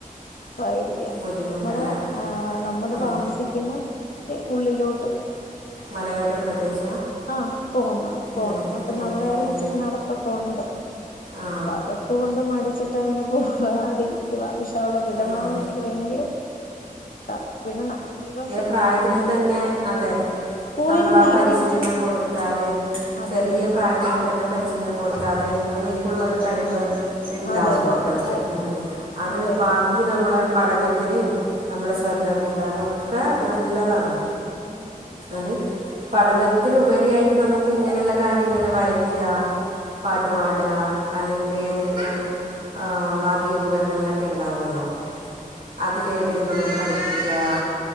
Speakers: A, on the left; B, on the right.
A: സാഹചര്യം
B: ബുദ്ധിമുട്ടല്ലേ
A: നമ്മുടെ നമ്മുടെ
B: ഉം.
A: താമസിക്കുന്ന ദേ ഉള്ളിലോട്ട്
B: മലയോര പ്രദേശ
A: ആഹ പോന്ന പോണം
B: ഉം,
A: അപ്പൊ
B: ഉം,
A: നമ്മൾ ഇറങ്ങിച്ചൊരു
B: ഉം.
A: നടപ്പൊക്കെ ഉണ്ട്
B: ആ
A: അപ്പ അതൊക്കെ കൊണ്ട് മടിച്ചി മ അങ്ങനെ പോകാതിരിക്കവാ പക്ഷെ അവളെ വിടണോന്ന്
B: ആ
A: എനിക്ക് ഭയങ്കര ഇ വിടണം ഇനീപ്പ
B: പ്രായത്തി തന്നെ അതെ
A: സ്കൂളിലും
B: നമ്മൾ ആ
A: ആക്ടിവിറ്റി
B: പരിശീലനം കൊടുത്താല്
A: അതെ
B: ചെറിയ
A: അതെ അതെ
B: പ്രായത്തി തന്നെ പരിശീലനം കൊടുത്താതെ എന്നേന്നെക്കുള്ള ഒരു കഴിവ് ഉണ്ടാവും
A: അതെ അതെ
B: മക്കൾക്ക്
A: അതെ അതെപ്പാ
B: ഉ അത്
A: അതെന്നെ
B: ബാക്കി നമ്മളെ പഠനത്തിന് നമ്മുടെ ശ്രദ്ധ കൂട്ട കട്ടാനൊക്കെ നല്ലതാണ്
A: ഉം
B: അത് പഠനത്തിനുപരിയായിട്ട് നമുക്ക് ഇങ്ങനെയുള്ള കാര്യങ്ങൾ വരക്കുക പാട്ട് പാടുക അല്ലെങ്കിൽ ഏതെങ്കിലും വാദ്യോപകരണങ്ങളൊക്കെ ഉണ്ടാവുമല്ലോ അതിലേതെങ്കിലും പഠിപ്പിക്ക പാ <unintelligible>